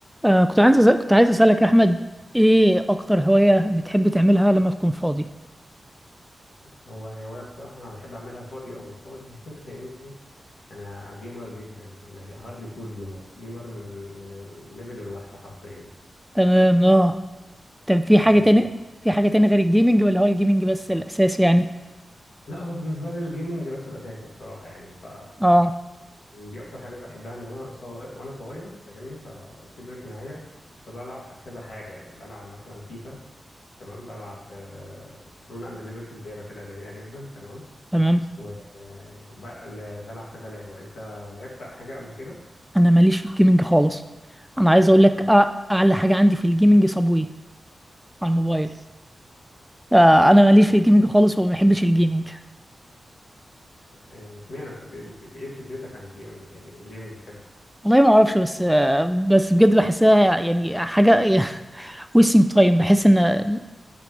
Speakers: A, in the centre; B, on the left.
A: آه كنت عايز أسأل كنت عايز أسألك أحمد إيه أكتر هواية بتحب تعملها لما تكون فاضي؟
B: هو هواية بصراحة أنا بحب أعملها فاضي أو مش فاضي <laughs> فاهمني أنا جيمر جدا أنا جا- هارد كور جيمر جيمر من من الليفل الوحش حرفيا
A: تمام آه طب في حاجة
B: بحب
A: تاني
B: الجيم
A: في حاجة تاني غير الجيمنج ولا هو الجيمنج بس الأساس يعني؟
B: لا هو بالنسبة لي الجيمنج بس الأساسي بصراحة يعني ف
A: آه
B: دي أكتر حاجة بحبها من وأنا صغير وأنا صغير فاهمني فكبرت معايا فبلعب كذا حاجة يعني بلعب مثلا فيفا تمام بلعب ترون أند ليبرتي لعبة كده جميلة جدا تمام
A: تمام
B: وبلعب كذا لعبة وأنت لعبت حاجة قبل كده؟
A: أنا ماليش في الجيمنج خالص أنا عايز أقول لك
B: اه
A: آه، أعلى حاجة عندي في الجيمنج صابوي على الموبايل آه أنا ماليش في الجيمنج خالص وما بحبش الجيمنج
B: آه، اشمعنى طب ايه الف- ايه فكرتك عن الجيمنج يعني ليه مش بتحبه
A: والله ما أعرفش بس آه بس بجد بحسها يعني حاجة <laughs> wasting time بحس إن